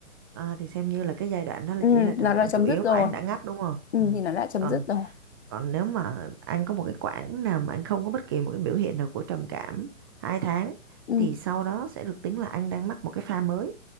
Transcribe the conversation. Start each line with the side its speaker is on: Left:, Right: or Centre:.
Right: à, thì xem như là cái giai đoạn đó là
Left: Ừ,
Right: chỉ là trầm
Left: nó đã
Right: cảm
Left: chấm
Right: chủ yếu
Left: dứt rồi.
Right: và anh đã ngắt đúng không
Left: Ừ,
Right: ừ.
Left: thì nó đã chấm
Right: còn
Left: dứt rồi.
Right: Còn nếu mà anh có một cái quãng nào mà anh không có bất kỳ một cái biểu hiện nào của trầm cảm hai tháng
Left: Ừ.
Right: thì sau đó sẽ được tính là anh đang mắc một cái pha mới.